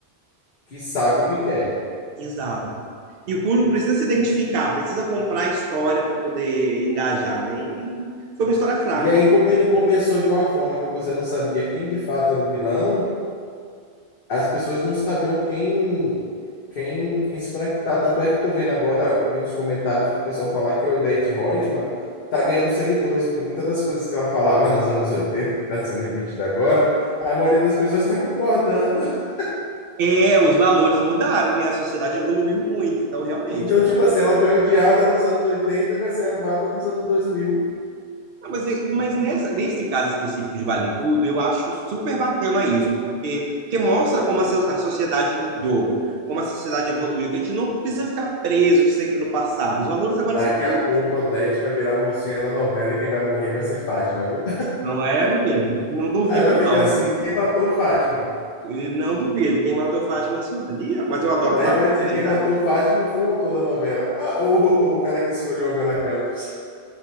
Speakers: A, on the left (about 65°); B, on the right (about 65°).
A: que sabe o que quer.
B: Exato. E o público precisa se identificar, precisa comprar a história para poder engajar, né? E foi uma história fraca.
A: E aí, quando ele começou de uma forma que você não sabia quem de fato era o vilão, as pessoas não sabiam quem, quem, quem se conectar. Tanto é que eu estou vendo agora, vi uns comentários do pessoal falar que a Odete Reutemann está ganhando seguidores, porque muitas das coisas que ela falava nos anos 80 que está sendo repetida agora, a maioria das pessoas está concordando. <laughs>
B: É, os valores mudaram, né? A sociedade evoluiu muito, então realmente.
A: Então, tipo assim, ela foi odiada nos anos 80 e vai ser amada nos anos dois mil
B: Ah, mas, é- mas nessa, nesse caso específico de Vale Tudo, eu acho super bacana isso, porque, porque mostra como a, so- a sociedade mudou, como a sociedade evoluiu, que a gente não precisa ficar preso sempre no passado. Os valores agora
A: Daqui
B: são outros.
A: a pouco a Odete vai virar a mocinha da novela e quem vai morrer vai ser Fátima, viu?
B: Não é, menino? Não
A: <laughs>
B: duvido,
A: Aí vai
B: não.
A: ficar assim, quem matou Fátima?
B: E Não duvido. Quem matou Fátima Senhoria, mas eu adoro
A: Aí
B: Fátima
A: vai dizer
B: também,
A: quem
B: tá?
A: matou Fátima foi o autor da novela. Ah, ou, ou o cara que escolheu a Bela Campos.